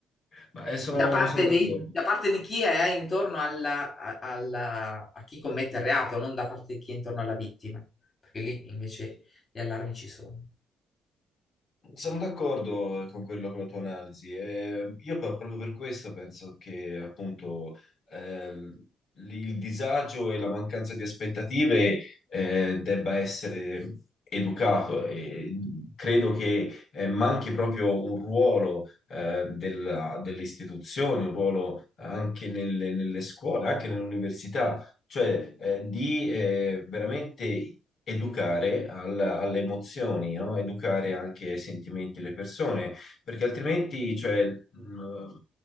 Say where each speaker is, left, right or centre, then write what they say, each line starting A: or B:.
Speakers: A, on the left (about 60°); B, on the left (about 35°).
A: ma, eh, sono
B: Da parte
A: sono d'accordo.
B: dei- da parte di chi è intorno alla- a, alla- a chi commette il reato, non da parte di chi è intorno alla vittima, perché lì invece gli allarmi ci sono.
A: Sono d'accordo con quello con la tua analisi. eh, io pro- proprio per questo penso che appunto ehm, l- il disagio e la mancanza di aspettative eh, debba essere educato e mm, credo che eh, manchi proprio un ruolo eh, della- delle istituzioni, un ruolo anche nelle, nelle scuole, anche nell'università cioè eh, di eh, veramente educare al- alle emozioni, no? Educare anche ai sentimenti delle persone, perché altrimenti, cioè, mh,